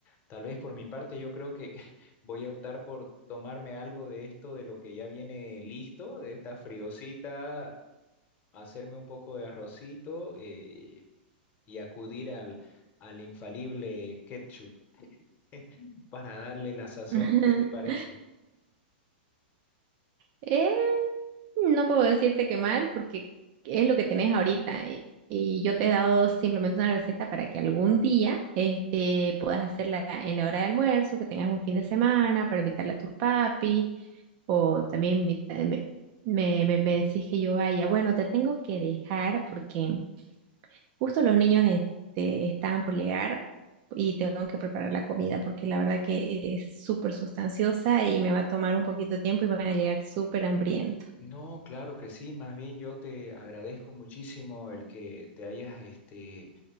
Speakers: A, on the left; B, on the right.
A: Tal vez por mi parte yo creo que <laughs> voy a optar por tomarme algo de esto, de lo que ya viene listo, de esta friosita, hacerme un poco de arrocito eh, y acudir al, al infalible ketchup <laughs> para darle la sazón.
B: <laughs>
A: ¿Qué te parece?
B: Eh, No puedo decirte que mal, porque es lo que tenés ahorita. Y, y yo te he dado simplemente una receta para que algún día este, puedas hacerla en la hora de almuerzo, que tengas un fin de semana para invitarla a tus papi, o también invita- me, me, me- me decís que yo vaya. Bueno, te tengo que dejar porque Justo los niños este, estaban por llegar y tengo que preparar la comida porque la verdad que es súper sustanciosa y me va a tomar un poquito de tiempo y van a llegar súper hambrientos.
A: No, claro que sí, más bien yo te agradezco muchísimo el que te hayas este,